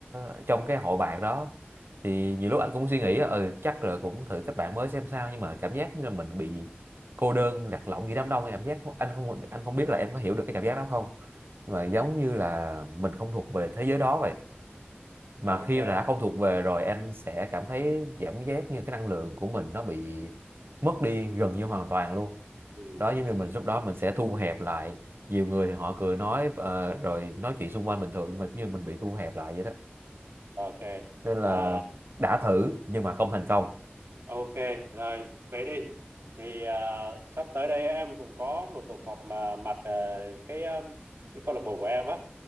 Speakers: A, on the right; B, on the right.
A: ờ, trong cái hội bạn đó thì nhiều lúc anh cũng suy nghĩ ừ chắc là cũng thử kết bạn mới xem sao nhưng mà cảm giác như là mình bị cô đơn lạc lõng giữa đám đông cảm giác anh không anh không biết là em có hiểu được cái cảm giác đó không nhưng mà giống như là mình không thuộc về thế giới đó vậy mà
B: ok
A: khi mà đã không thuộc về rồi anh sẽ cảm thấy cảm giác như cái năng lượng của mình nó bị mất đi gần như hoàn toàn luôn
B: ừ.
A: đó giống như mình lúc đó mình sẽ thu hẹp lại nhiều người thì họ cười nói ờ, rồi nói chuyện xung quanh bình thường nhưng mà giống như mình bị thu hẹp lại vậy đó
B: ok
A: nên là
B: à,
A: đã thử nhưng mà không thành công
B: Ok, rồi vậy đi. Thì à, sắp tới đây em cũng có một cuộc họp mà mặt à, cái à, cái câu lạc bộ của em á.